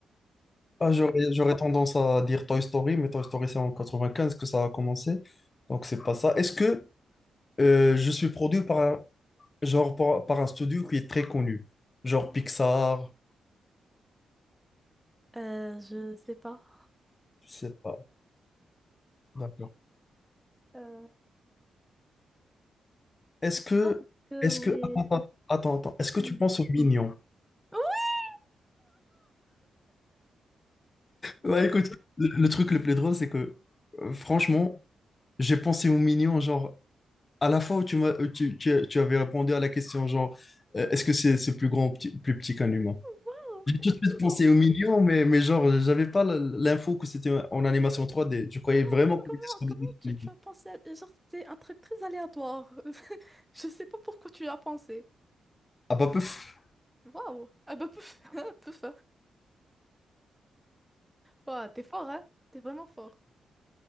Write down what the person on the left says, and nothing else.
ah, j'aurais, j'aurais tendance à dire Toy Story, mais Toy Story, c'est en 95 que ça a commencé. Donc, c'est pas ça. Est-ce que euh, je suis produit par un, genre, par, par un studio qui est très connu? Genre Pixar,
je sais pas. D'accord.
Est-ce
que,
est-ce
que, attends, attends, attends, attends. est-ce que
tu penses aux mignons?
Bah
écoute, le, le truc le plus drôle, c'est que, euh, franchement, j'ai pensé aux mignons, genre, à la fois où tu m'as, euh, tu, tu, tu avais répondu à la question, genre, euh, est-ce que c'est c'est plus grand ou petit- plus petit qu'un humain?
J'ai tout
de suite pensé aux mignons, mais, mais genre, j'avais pas l- l'info que c'était en animation 3D. Je croyais
vraiment
qu'on
était sur
des dessins
animés.
Ah bah, peuf.